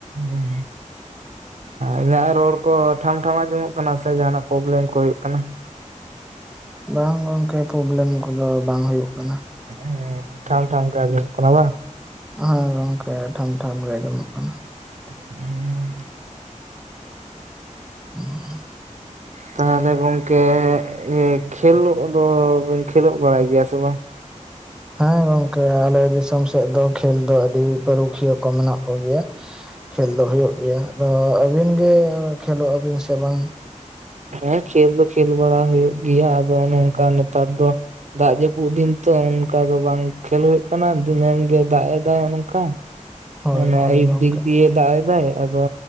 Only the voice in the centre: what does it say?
ᱵᱟᱝ ᱜᱚᱝᱠᱮ ᱯᱚᱵᱞᱮᱢ ᱠᱚᱫᱚ ᱵᱟᱝ ᱦᱩᱭᱩᱜ ᱠᱟᱱᱟ
ᱦᱮᱮᱸ ᱜᱚᱝᱠᱮ ᱴᱷᱟᱢ ᱴᱷᱟᱢ ᱜᱮ ᱟᱡᱚᱢᱚᱜ ᱠᱟᱱᱟ
ᱻᱻ
ᱦᱮᱸ ᱜᱚᱝᱠᱮ ᱟᱞᱮ ᱫᱤᱥᱚᱢ ᱥᱮᱜ ᱫᱚ ᱠᱷᱮᱞ ᱫᱚ ᱟᱹᱰᱤ ᱯᱟᱹᱨᱩᱠᱷᱤᱭᱟᱹ ᱠᱚ ᱢᱮᱱᱟᱜ ᱠᱚ ᱜᱮᱭᱟ ᱠᱷᱮᱞ ᱫᱚ ᱦᱩᱭᱩᱜ ᱜᱮᱭᱟ ᱟᱫᱚ ᱟᱹᱵᱤᱱ ᱜᱮ ᱠᱷᱮᱞᱳᱜᱼᱟᱵᱤᱱ ᱥᱮ ᱵᱟᱝ
ᱦᱳᱭ
ᱦᱳᱭ
ᱜᱚᱝᱠᱮ